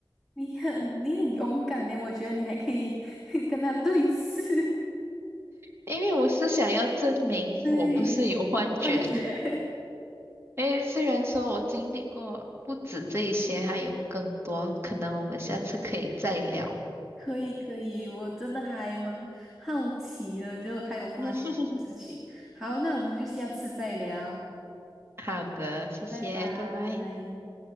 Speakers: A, in the centre; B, on the right.
A: 你很你很勇敢呢，我觉得你还可以 <laughs> 跟他对峙，
B: 因为我是想要证明我不是有幻觉。
A: <laughs> 对，幻觉。<laughs>
B: 诶，虽然说我经历过不止这一些，还有更多，可能我们下次可以再聊。
A: 可以可以，我真的还蛮好奇的，就还有发生什么事情。
B: <laughs>
A: 好，那我们就下次再聊，
B: 好的，谢谢，
A: 拜拜。
B: 拜拜。